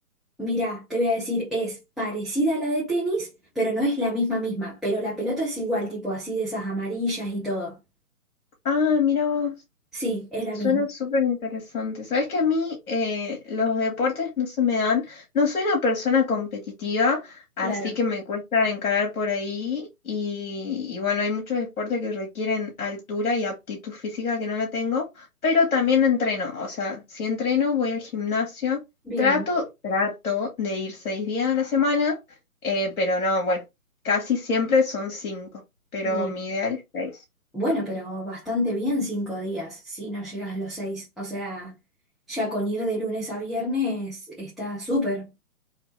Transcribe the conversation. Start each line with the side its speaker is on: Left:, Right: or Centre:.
Centre: Mirá, te voy a decir, es parecida a la de tenis, pero no es la misma misma. Pero la pelota es igual, tipo así de esas amarillas y todo.
Left: Ah, mira vos,
Centre: Sí, es la
Left: suena
Centre: misma.
Left: súper interesante. Sabes que a mí eh, los deportes no se me dan, no soy una persona competitiva, así
Centre: Claro.
Left: que me cuesta encarar por ahí y, y bueno, hay muchos deportes que requieren altura y aptitud física que no la tengo, pero también entreno, o sea, si entreno, voy al gimnasio,
Centre: Bien,
Left: trato, trato de ir seis días a la semana, eh, pero no, bueno, casi siempre son cinco, pero
Centre: bien.
Left: mi ideal es seis.
Centre: Bueno, pero bastante bien cinco días, si no llegas los seis. O sea, ya con ir de lunes a viernes está súper.